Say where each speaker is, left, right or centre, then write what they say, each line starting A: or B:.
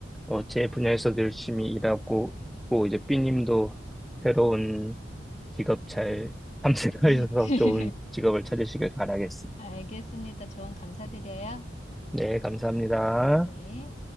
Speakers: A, in the centre; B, on the left.
A: 어, 제 분야에서 열심히 일하고 있고, 이제 삐님도 새로운 직업 잘 <laughs>
B: 네,
A: 탐색하셔서
B: <laughs>
A: 좋은 직업을 찾으시길 바라겠습니다.
B: 알겠습니다. 조언 감사드려요.
A: 네, 감사합니다.
B: 네.